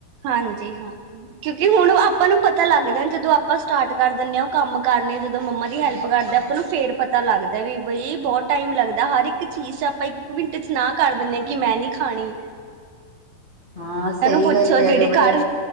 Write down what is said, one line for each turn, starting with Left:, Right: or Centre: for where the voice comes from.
Right: ਹਾਂਜੀ, ਹਾਂ। ਕਯੁਂਕਿ ਹੁਣ ਆਪਾਂ ਨੂੰ ਪਤਾ ਲਾੱਗਦਾ ਜਦੋਂ ਆਪਾਂ ਸਟਾਟ ਕਰ ਦੇਂਦੇ ਹਾਂ ਕਾੰਮ ਕਾਰਨੇ ਜਦੋਂ ਮੰਮਾ ਦੀ ਹੈਲਪ ਕਰਦੇਂ ਆ ਆਪਾਂ ਨੂੰ ਫੇਰ ਪਤਾ ਲਾੱਗਦਾ ਵੀ ਬਈ ਬੋਤ ਟਾਈਮ ਲੱਗਦਾ ਹਰ ਇੱਕ ਚੀਜ਼ ਚ ਆਪਾ ਇੱਕ ਮਿੰਟ ਚ ਨਾਲ ਕਾਰ ਦਿਨੇ ਆ ਕਿ ਮੈਂ ਨੀ ਖਾਣੀਂ।
Left: ਹਾਂ ਸਈ
Right: ਪੁੱਛੋ
Left: ਗਾੱਲ ਕੈਰੇ
Right: ਜਿਹੜੇ
Left: ਹੋ ਬੇਟਾ
Right: ਕਰ